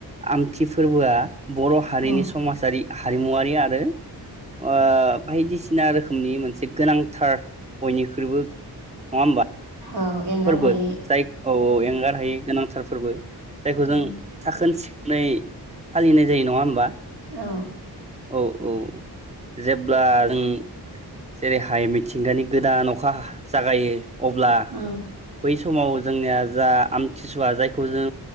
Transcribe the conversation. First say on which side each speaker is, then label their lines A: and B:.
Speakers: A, on the right (about 15°); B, on the right (about 75°).
A: आम थि फोरबोआ बर' हारिनि
B: औ
A: समाजारि हारिमुवा <unintelligible> ओ बायदिसिना रोखोमनि मोनसे गोनांथार बयनिख्रुइबो नङा होमबा?
B: औ एंगार
A: फोरबो
B: हायि
A: जाय औ औ एंगारहायै गोनां। थार फोरबो जायखौ
B: उम
A: जों थाखोन सिख नै फालिनाय जायो नङा होमबा?
B: औ
A: औ औ जेब्ला जों जेरैहाय मिथिंगानि गोदान अखा हा जागायो अब्ला
B: औ
A: बै समाव जोंनिया जा आमथिसुवा जायखौ जों